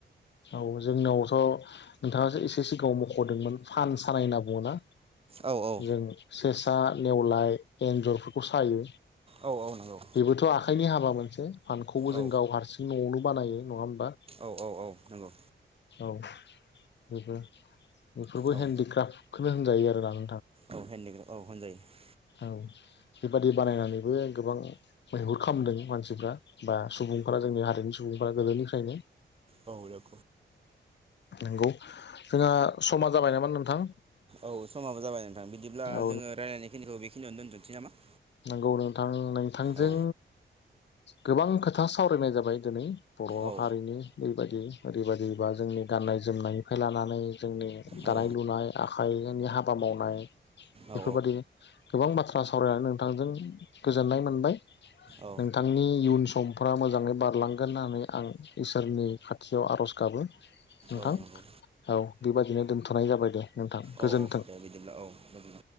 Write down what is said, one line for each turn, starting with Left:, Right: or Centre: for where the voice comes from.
Left: औ जोंनावथ नोंथाङासो एसे सिखाव मख हरदोंमोन फान सानाय होनना बुंओना
Right: औ औ
Left: जों फेसा नेवलाय एन्जरफोरखौ सायो
Right: औ औ नंगौ
Left: बेबोथ आख थायनि हाबा मोनसे फानखौबो
Right: औ
Left: जों गाव हारसिं नआवनो बानायो नङा होमबा
Right: औ औ औ नंगौ
Left: औ बेबो बेफोरखौ
Right: औ
Left: हेन्डिक्राफ्ट खोबो होनजायो आरो आं
Right: औ हेन्डिक्राफ्ट औ होनजायो
Left: औ बेबादि बानायनानै बेबो गोबां मैहुर खालामदों मानसिफ्रा बा सुबुंफोरा जोंनि हारिनि सुबुंफ्रा गोदोनिफ्रायनो
Right: औ
Left: नंगौ जोंहा समा जाबाय नामा नोंथां
Right: औ समाबो जाबाय नोंथां बिदिब्ला
Left: औ
Right: जोङो रायलायनाय खिनिखौ बेखिनियावनो दोनथनोसै नामा।
Left: नोंगौ नोंथां नोंथांजों
Right: औ
Left: गोबां खोथा सावरायनाय जाबाय दिनै। बर'
Right: औ
Left: हारिनि ओयबायदि। ओरैबायदिबा जोंनि गान्नाय जोमनायनिफ्राय लानानै जोंनि
Right: औ
Left: दानाय लुनाय आखाइनि हाबा मावनाय
Right: औ
Left: बेफोरबायदि गोबां बाथ्रा सावरायनानै नोंथांजों गोजोननाय मोनबाय।
Right: औ
Left: नोंथांनि इयुन समफ्रा मोजाङै बारलांगोन होननानै आं इसोरनि खाथियाव आरज गाबो नोंथां
Right: औ नंगौ
Left: औ बेबादिनो दोन्थनाय जाबाय दे नोंथां
Right: औ
Left: गोजोन्थों।
Right: औ दे बिदिब्ला औ गोजोनथों